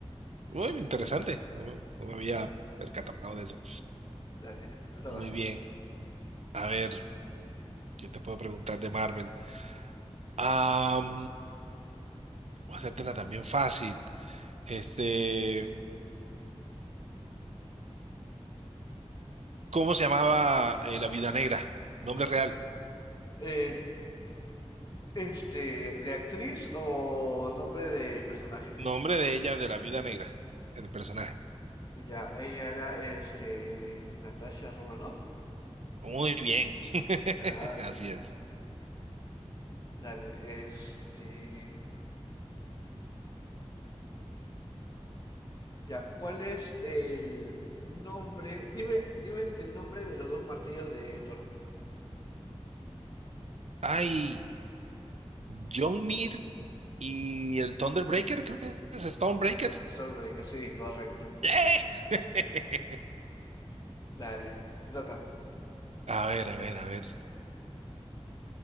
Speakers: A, on the right; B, on the left.
A: Muy
B: Dale,
A: interesante. No me, no me había percatado de eso.
B: dale, te toca.
A: Muy bien. A ver, ¿qué te puedo preguntar de Marvel? Am, voy a hacértela también fácil. Este, ¿cómo se llamaba eh, la Viuda Negra? Nombre real.
B: Eh, este, ¿de actriz o nombre de personaje?
A: Nombre de ella, de la Viuda Negra, el personaje.
B: Ya, ella era, este, de Natasha Romanoff.
A: Muy bien. <laughs>
B: Claro,
A: Así es.
B: dale, este... Ya, ¿cuál es el nombre? Dime, dime el el nombre de los dos martillos de Thor.
A: Ay, John Mir y el Thunderbreaker, creo que es Stonebreaker.
B: Stormbreaker, sí, correcto.
A: ¡Eh! <laughs>
B: Dale, te toca.
A: A ver, a ver, a ver.